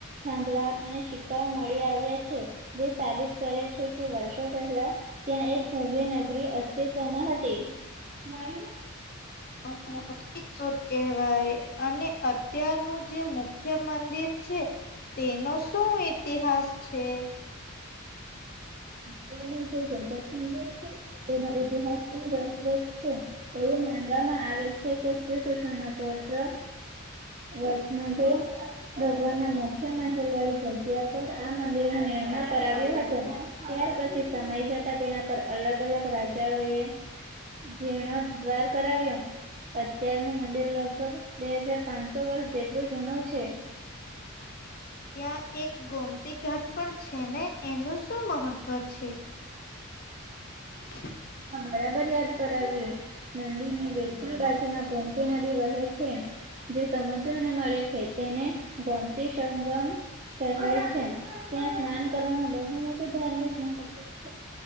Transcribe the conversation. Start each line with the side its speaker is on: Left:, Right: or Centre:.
Right: થાંભલા અને સિક્કાઓ મળી આવ્યા છે. જે સાબિત કરે છે કે વર્ષો પહેલા ત્યાં એક ભવ્ય નગરી અસ્તિત્વમાં હતી. <inaudible>
Left: <inaudible> એ શું કહેવાય અને અત્યારનું જે મુખ્ય મંદિર છે. તેનો શું ઇતિહાસ છે?
Right: <inaudible> સુંદર છે તેનો ઈતિહાસ સુંદર જ છે. એવું માનવામાં આવે છે કે શ્રી કૃષ્ણના પૌત્ર વજનાભે ભગવાનના મુખ્ય મહેલ વાળી જગ્યા પર આ મંદિરનું નિર્માણ કરાવ્યું હતું. ત્યાર પછી સમય જતા તેના પર અલગ અલગ રાજાઓએ જેણો દ્વાર કરાવ્યો. અત્યારનું મંદિર લગભગ બે હજાર પાંચસો વર્ષ જેટલું જૂનું છે.
Left: ત્યાં એક ગોમતી ઘાટ પણ છે ને? એનું શું મહત્વ છે? હ
Right: હા બરાબર યાદ કરાવ્યું. મંદિરની બિલકુલ બાજુમાં ગોમતી નદી વહે છે. જે સમુદ્રને મળે છે. તેને ગોમતી સંગમ કહેવાય છે. ત્યાં સ્નાન કરવાનું બહુ મોટું ધાર્મિક મહત્વ છે.